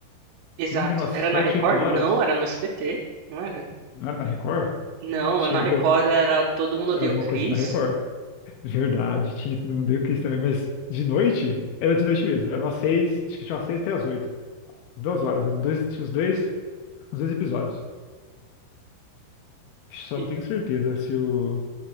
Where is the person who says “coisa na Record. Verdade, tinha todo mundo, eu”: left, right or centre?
Left